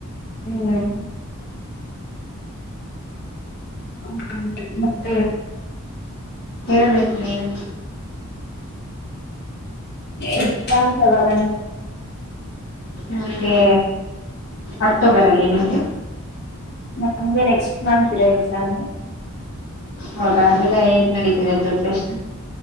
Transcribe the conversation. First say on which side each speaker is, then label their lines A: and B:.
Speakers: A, on the left; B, on the left.
A: ಹ್ಮ್ ಹ ಮತ್ತ
B: ಹೇಳ್ಬೇಕು ನೀವೆ
A: ಎಲ್ಲಾಮ ಚವರ
B: ನನಗೆ ಅಕ್ಟೋಬರ ಅಲ್ಲಿ ನಿಮಗೆ
A: ನಮಗೆ ನೆಕ್ಸ್ಟ್ ಮಂತ್ ಇರೋ ಎಕ್ಸಾಮ್
B: ಹೌದಾ ಎಲ್ಲ ಹೇಗ್ ನಡೀತಿದೆ ಪ್ರಿಪೇರೇಷನ್